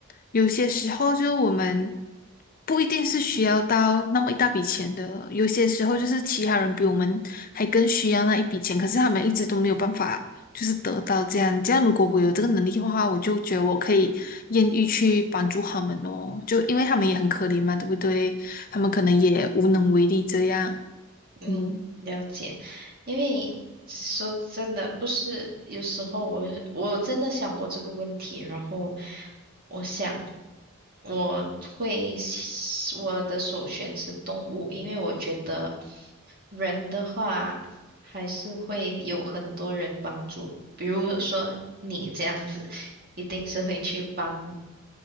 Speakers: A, on the left; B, on the right.
A: 有些时候，就我们不一定是需要到那么一大笔钱的，有些时候就是其他人比我们还更需要那一笔钱，可是他们一直都没有办法，就是得到这样。这样，如果我有这个能力的话，我就觉得我可以愿意去帮助他们哦，就因为他们也很可怜嘛，对不对？他们可能也无能为力这样，
B: 嗯，
A: 嗯。
B: 了解。因为说真的，不是有时候我我真的想过这个问题，然后我想。我会，我的首选是动物，因为我觉得人的话还是会有很多人帮助，比如说你这样子，一定是会去帮